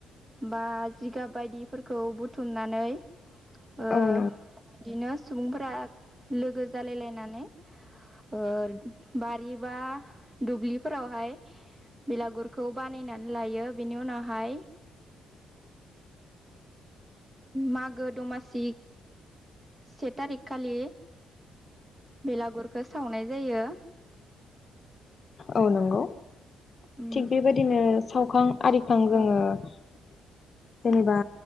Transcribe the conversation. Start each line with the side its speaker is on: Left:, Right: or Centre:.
Right: बा जिगाब बायदिफोरखौ बुथुमनानै। ओ-बिदिनो
Left: औ नों
Right: सुबुंफोरा लोगो जालायलायनानै। ओर बारि बा दुब्लिफोरावहाय। बिलागुरखौ बानायनानै लायो बेनि उनावहाय। मागो दमासिक। से थारिख खालि बेलागुरखौ सावनाय जायो।
Left: औ नंगौ
Right: उम
Left: थिग बेबायदिनो सावखां आरिखां जोङो।
Right: औ
Left: जेनेबा